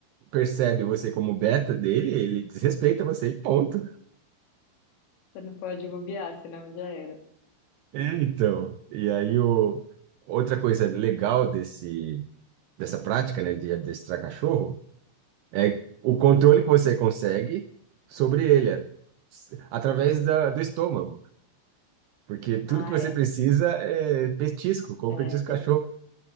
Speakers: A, on the right; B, on the left.
A: percebe você como beta dele, ele desrespeita você e ponto.
B: Você não pode bobear, senão já era.
A: É, então. E aí o outra coisa legal desse dessa prática, né, de adestrar cachorro, é o controle que você consegue sobre ele, é, s- através da, do estômago. Porque tudo
B: Ah,
A: que você
B: é.
A: precisa é petisco, como
B: É,
A: petisco cachorro.